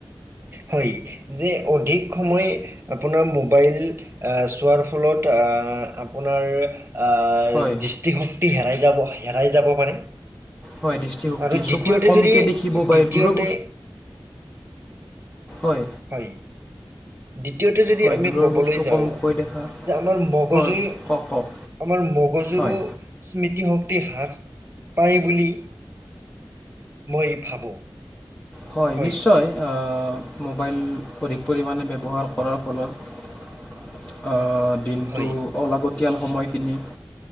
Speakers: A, on the right; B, on the left.
A: হয়ঁ যে অধিক সময় আপোনাৰ মোবাইল চোৱাৰ ফলত অঅ আপোনাৰ আ
B: হয়
A: দৃষ্টিশক্তি হেৰাই যাব হেৰাই যাব পাৰে।
B: হয় দৃষ্টিশক্তি
A: আৰু দ্বিতীয়তে
B: চকুৰে কমকে
A: যদি
B: দেখিব পাৰে
A: দ্বিতীয়তে
B: দূৰৰ হয়ঁ!
A: হয়ঁ! দ্বিতীয়তে যদি
B: হয়
A: আমি
B: দূৰৰ
A: ক'বলৈ
B: বস্তু
A: যাওঁ
B: কমকৈ দেখা
A: যে আমাৰ মগজুুৰ
B: হয় কওক কওক
A: আমাৰ মগজুৰো
B: হয়
A: স্মৃতিশক্তি হ্ৰাস পায় বুলি মই ভাবোঁ
B: হয়ঁ!
A: হয়
B: নিশ্চয় মোবাইল অধিক পৰিমাণে ব্যৱহাৰ কৰাৰ ফলত অঁ! দিনটো
A: হয়
B: অলাগতিয়াল সময়খিনি